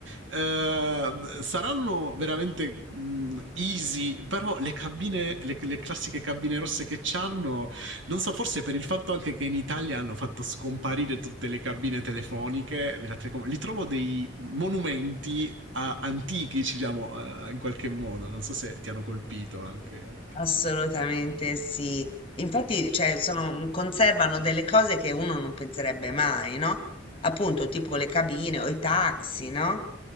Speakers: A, on the right (about 85°); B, on the left (about 30°).
A: eh, saranno veramente mh, easy, però le cabine, le, le classiche cabine rosse che c'hanno non so, forse per il fatto anche che in Italia hanno fatto scomparire tutte le cabine telefoniche della Telecom, li trovo dei monumenti a- antichi, diciamo, eh, in qualche modo. Non so se ti hanno colpito anche a te.
B: Assolutamente sì. Infatti, cioè, sono- mhmm, conservano delle cose che uno non penserebbe mai, no? Appunto, tipo le cabine o i taxi, no?